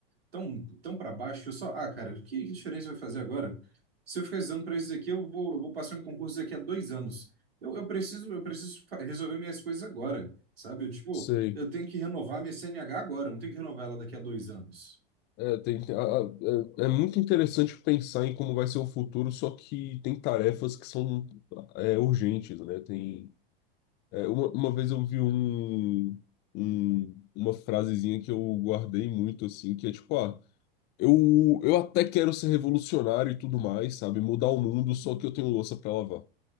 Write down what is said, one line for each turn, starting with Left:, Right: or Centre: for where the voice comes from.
Right: tão, tão para baixo que eu só, ah, cara, que diferença vai fazer agora? Se eu ficar estudando para isso daqui, eu vou, eu vou passar um concurso daqui a dois anos. Eu, eu preciso, eu preciso fa- resolver minhas coisas agora, sabe? Eu, tipo,
Left: Sei.
Right: eu tenho que renovar minha CNH agora, eu não tenho que renovar ela daqui a dois anos.
Left: É, tem- a- a- é- é muito interessante pensar em como vai ser o futuro, só que tem tarefas que são é, urgentes, né? Tem, é, uma, uma vez eu vi um, um- uma frasezinha que eu guardei muito, assim, que é tipo, ah, eu, eu até quero ser revolucionário e tudo mais, sabe? Mudar o mundo, só que eu tenho louça pra lavar.